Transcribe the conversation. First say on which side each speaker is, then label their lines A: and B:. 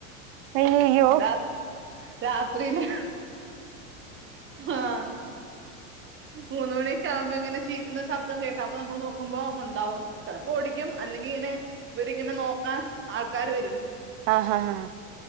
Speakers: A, on the right; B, on the right.
A: അയ്യോ
B: രാ രാത്രിയില് ആഹ മൂന്ന് മണിയൊക്കെ ആവുമ്പോ ഇങ്ങനെ ചീ പറ്റുന്ന ശബ്ദം കേൾക്കാത്ത നമ്മൾ നോക്കുമ്പോ ഉണ്ടാവും ചിലപ്പോ ഓടിക്കും അല്ലെങ്കി ഇങ്ങനെ ഇവരിങ്ങനെ നോക്കാൻ ആൾക്കാാര് വരും
A: ആഹ് ആഹ് ആഹ